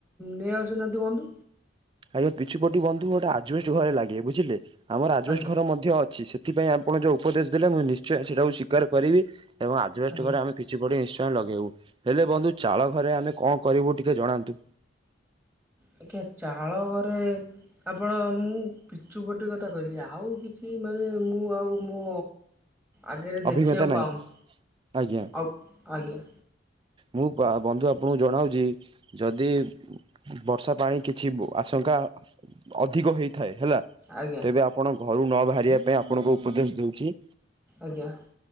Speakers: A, in the centre; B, on the right.
A: ନେଇ ଆସୁନାହାତିି ବନ୍ଧୁ।
B: ଆଜ୍ଞା ପିଚୁ ପତୁ ବନ୍ଧୁ ଗୋଟେ ଆଜବେଷ୍ଟ ଘରେ ଲାଗେ ବୁଝିଲେ ଆମର ଆଜବେଷ୍ଟ
A: ଆଜ୍ଞା
B: ଘର ମଧ୍ୟ ଅ ଛି ସେଥିପାଇଁ ଆପଣ ଯୋଉ ଉପଦେଶ ଦେଲେ ମୁଁ ନିଶ୍ଚୟ ସେଇଟାକୁ ସ୍ୱୀକାର କରିବି ଏବଂ ଆଜବେଷ୍ଟ
A: ଆଜ୍ଞା
B: ଘରେ ଆମେ ପିଚୁ ପଟି ନିଶ୍ଚୟ ଲଗେଇବୁ ହେଲେ ବନ୍ଧୁ ଚାଳଘରେ ଆମେ କଣ କରିବୁ ଟିକେ ଜଣାନ୍ତୁ।
A: ଟିକିଏ ଚାଳଘରେ ଆପଣ ମୁଁ ପିଚୁପଟି କଥା କଇଲି ଆଉ କିଛି ମାନେ ମୁଁ ଆଉ ମୋ ଆଗେରେ
B: ଅଭିଜ୍ଞତା
A: ଦେଖିଆକୁ
B: ନାହିଁ
A: ପାଉନି
B: ଆଜ୍ଞା
A: ଆଉ ଆଜ୍ଞା।
B: ମୁଁ ପା ବନ୍ଧୁ ଆପଣଙ୍କୁ ଜଣାଉଚି ଯଦି ବର୍ଷା ପାଣି କିଛି ବ ଆଶଙ୍କା ଅଧିକ ବି ହେଇଥାଏ ହେଲା
A: ଆଜ୍ଞା
B: ତେବେ ଆପଣ ଘରୁ ନ ବାହାରିବା ପାଇଁ ଆପଣଙ୍କୁ ଉପଦେଶ ଦଉଚି।
A: ଆଜ୍ଞା।